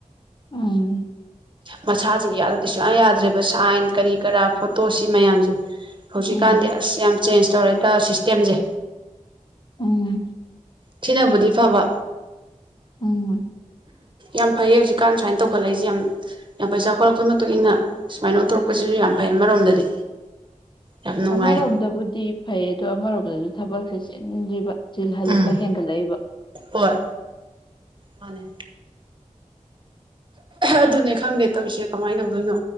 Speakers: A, on the left; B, on the right.
A: ꯎꯝ
B: ꯃꯁꯥꯁꯦ ꯌꯥꯗꯗꯤ ꯁꯨꯡꯌꯥ ꯌꯥꯗ꯭ꯔꯦꯕ ꯁꯥꯏꯟ ꯀꯔꯤ ꯀꯔꯥ ꯐꯣꯇꯣ ꯁꯤ ꯃꯌꯥꯝꯁꯦ <inaudible> ꯍꯧꯖꯤꯛꯀꯥꯟꯗꯤ
A: ꯎꯝ
B: ꯑꯁ ꯌꯥꯝ ꯆꯦꯟꯖ ꯇꯧꯔꯦꯗ ꯁꯤꯁꯇꯦꯝꯁꯦ
A: ꯎꯝ
B: ꯊꯤꯟꯅꯕꯨꯗꯤ ꯐꯕ
A: ꯎꯝ
B: ꯌꯥꯝ ꯐꯩꯌꯦ ꯍꯧꯖꯤꯛꯀꯥꯟ ꯁꯨꯃꯥꯏꯅ ꯇꯧꯈꯠꯂꯛꯏꯁꯦ ꯌꯥꯝ ꯄꯩꯁ ꯆꯥꯎꯈꯠꯂꯛꯄꯒꯤ ꯃꯇꯨꯡ ꯏꯟꯅ ꯁꯨꯃꯥꯏꯅ ꯑꯣꯟꯊꯣꯔꯛꯄꯁꯤꯁꯨ ꯌꯥꯝ ꯐꯩ ꯑꯃꯔꯣꯝꯗꯗꯤ ꯌꯥꯝ ꯅꯨꯡꯉꯥꯏ
A: ꯑꯃꯔꯣꯝꯗꯕꯨꯗꯤ ꯐꯩ ꯑꯗꯣ ꯑꯃꯔꯣꯝꯗ ꯊꯕꯛꯁꯦ ꯆꯦꯟ꯭ꯔꯤꯕ ꯆꯤꯜꯍꯟꯕ
B: ꯎꯝ
A: ꯍꯦꯟꯒꯠꯂꯛꯏꯕ
B: ꯍꯣꯏ ꯃꯥꯅꯦ ꯑꯗꯨꯅꯦ ꯈꯪꯗꯦ ꯇꯧꯔꯤꯁꯦ ꯀꯃꯥꯏꯅ ꯇꯧꯗꯣꯏꯅꯣ